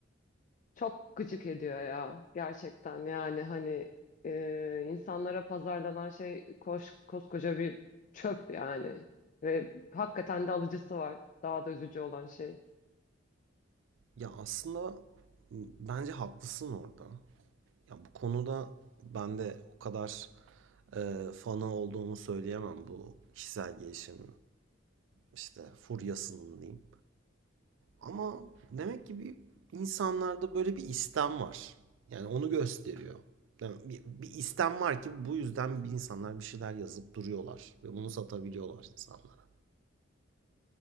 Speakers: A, on the left; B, on the right.
A: Çok gıcık ediyor ya gerçekten yani hani e, insanlara pazarlanan şey koş, koskoca bir çöp yani ve hakikaten de alıcısı var daha da üzücü olan şey.
B: Ya aslında bence haklısın orada. Ya bu konuda ben de o kadar e, fanı olduğumu söyleyemem bu kişisel gelişim işte furyasının diyeyim. Ama demek ki bir insanlarda böyle bir istem var. Yani onu gösteriyor. Yani bir, bir istem var ki bu yüzden bir insanlar bir şeyler yazıp duruyorlar ve bunu satabiliyorlar insanlara.